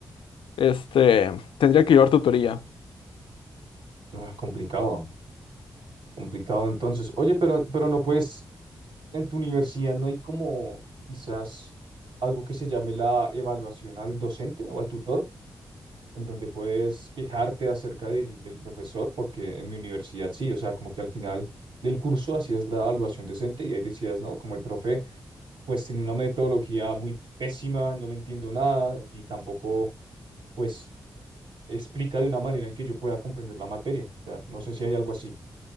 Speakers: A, on the left; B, on the right.
A: Este, tendría que llevar tutoría.
B: no, es complicado, complicado entonces. Oye, pero, pero no puedes, en tu universidad no hay como quizás algo que se llame la evaluación al docente o al tutor, en donde puedes quejarte acerca del, del profesor, porque en mi universidad sí, o sea, como que al final del curso hacías la evaluación decente y ahí decías, no, como el profe, pues tiene una metodología muy pésima, no le entiendo nada y tampoco, pues, explica de una manera en que yo pueda comprender la materia. O sea, no sé si hay algo así.